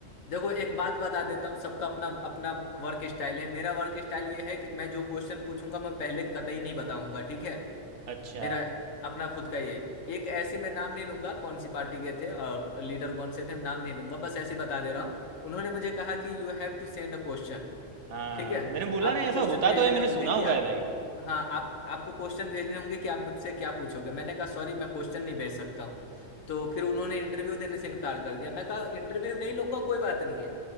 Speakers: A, on the left; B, on the right.
A: देखो एक बात बता देता हूँ सबका अपना अपना वर्क स्टाइल है मेरा वर्क स्टाइल ये है कि मैं जो क्वेश्चन पूछूंगा मैं पहले कतई नहीं बताऊंगा ठीक है
B: अच्छा
A: मेरा अपना खुद का ही है एक ऐसी मैं नाम नहीं लूंगा कौन सी पार्टी के थे और लीडर कौन से थे मैं नाम नहीं लूंगा बस ऐसे ही बता दे रहा हूँ उन्होंने मुझे कहा कि you have to send a question
B: हाँ
A: ठीक है
B: मैंने बोला
A: आपको
B: ना ऐसा
A: क्वेश्चन
B: होता
A: भेजने
B: तो है मैंने
A: होंगे
B: सुना
A: कि
B: हुआ
A: आप
B: है भाई
A: हाँ आप आपको क्वेश्चन भेजने होंगे कि आप मुझसे क्या पूछोगे मैंने कहा सॉरी मैं क्वेश्चन नहीं भेज सकता हूँ तो फिर उन्होंने इंटरव्यू देने से इनकार कर दिया मैं कहा इंटरव्यू नहीं लूंगा कोई बात नहीं है